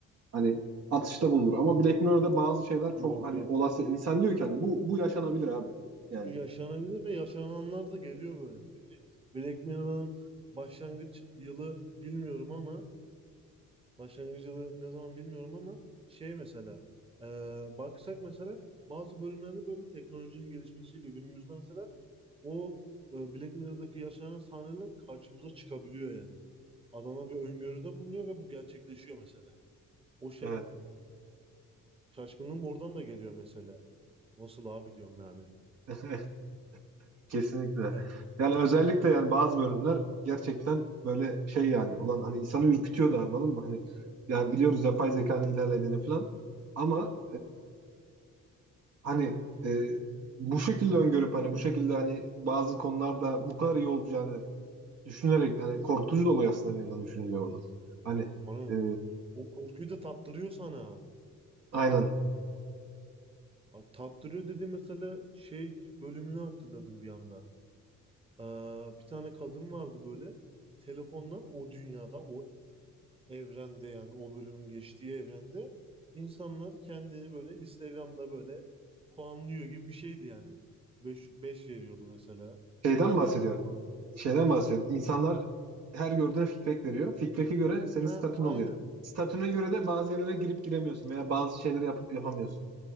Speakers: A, on the right; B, on the right.
A: hani atışta bulunur. Ama Black Mirror'da bazı şeyler çok
B: Yok
A: hani
B: yok.
A: olası insan diyor ki hani bu bu yaşanabilir abi. Yani
B: Yaşanabilir ve yaşananlar da geliyor böyle. Ne bileyim. Black Mirror'ın başlangıç yılı bilmiyorum ama Başlangıç yılı ne zaman bilmiyorum ama şey mesela e, baksak mesela bazı bölümlerde böyle teknolojinin gelişmesiyle günümüzde mesela o e, Black Mirror'daki yaşanan sahneler karşımıza çıkabiliyor yani. Adamlar bir öngörüde bulunuyor ve bu gerçekleşiyor mesela. O şa-
A: evet
B: şaşkınlığım oradan da geliyor mesela. Nasıl abi diyorum yani.
A: <laughs> kesinlikle.
B: Yani
A: Yani özellikle yani bazı bölümler gerçekten böyle şey yani olan hani insanı ürkütüyor da anladın mı? Hani yani biliyoruz yapay zekanın ilerlediğini falan ama hani e, bu şekilde öngörüp hani bu şekilde hani bazı konularda bu kadar iyi olacağını düşünerek hani korkutucu da oluyor aslında bir yandan düşününce onu. Hani
B: ona,
A: e,
B: o korkuyu da tattırıyor sana.
A: aynen
B: Abi, tattırıyor dedi mesela şey bölümünü hatırladım bir anda. Ee, bir tane kadın vardı böyle telefondan o dünyada o evrende yani o bölümün geçtiği evrende insanlar kendini böyle Instagram'da böyle puanlıyor gibi bir şeydi yani. beş 5 veriyordu mesela.
A: şeyden
B: dört
A: bahsediyorsun.
B: veriyordu falan.
A: Şeyden bahsediyorsun. İnsanlar her gördüğüne feedback veriyor. Feedback'e göre senin
B: Ha
A: statün
B: aynen.
A: oluyor. Statüne göre de bazı yerlere girip giremiyorsun veya bazı şeyleri yapıp yapamıyorsun.